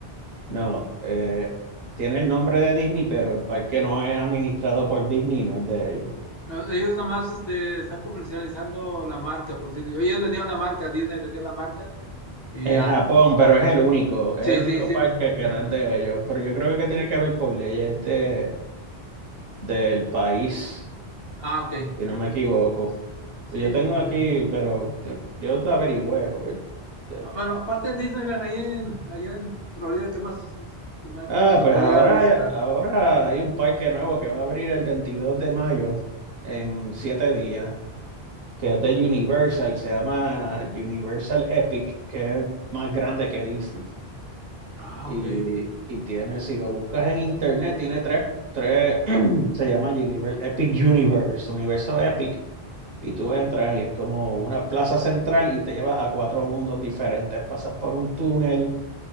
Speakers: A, on the right; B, on the left.
A: No, eh, tiene el nombre de Disney, pero el parque no es administrado por Disney, no es de ellos.
B: No, Ellos nomás este, están comercializando la marca, por decirlo. Ellos vendieron la marca, Disney vendió la marca y
A: En
B: ya.
A: Japón, pero es el único, es
B: Sí,
A: el
B: sí,
A: único
B: sí,
A: parque
B: me imagino.
A: que no es de ellos. Pero yo creo que tiene que ver por leyes de, del país,
B: Ah, ok.
A: si no me equivoco.
B: Sí,
A: Pues yo tengo
B: me imagino.
A: aquí, pero yo, yo te averigüé, porque... eh,
B: Ah, Bueno, aparte de Disneyland, ahí en, allá en Florida, ¿qué más me-
A: Ah,
B: se
A: pues
B: podría
A: ahora,
B: visitar?
A: ahora hay un parque nuevo que va a abrir el 22 de mayo en siete días. que es de Universal, se llama Universal Epic, que es más grande que Disney.
B: Ah,
A: Y,
B: ok.
A: y tiene, si lo buscas en internet, tiene tres, tres, <clears throat> se llama Universe, Epic Universe, Universo Epic, y tú entras y es como una plaza central y te lleva a cuatro mundos diferentes. Pasas por un túnel